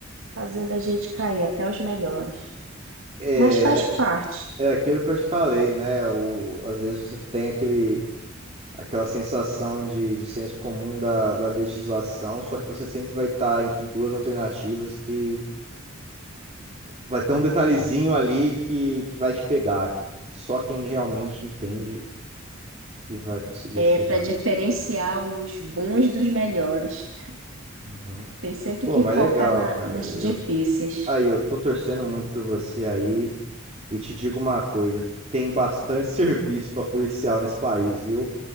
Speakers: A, on the right; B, on the right.
A: fazendo a gente cair, até os melhores.
B: É,
A: Mas faz parte.
B: é é aquilo que eu te falei, né? O, às vezes você tem aquele, aquela sensação de, de senso comum da, da legislação, só que você sempre vai estar entre duas alternativas que vai ter um detalhezinho ali que, que vai te pegar, que só quem realmente entende que vai conseguir
A: é,
B: acertar.
A: para diferenciar os bons dos melhores.
B: Uhum.
A: Tem sempre
B: Pô,
A: que
B: mas
A: focar
B: legal,
A: na-
B: cara.
A: nas difíceis.
B: Eu, aí, eu tô torcendo muito por você aí e te digo uma coisa, tem bastante <laughs> serviço pra policial nesse país, viu?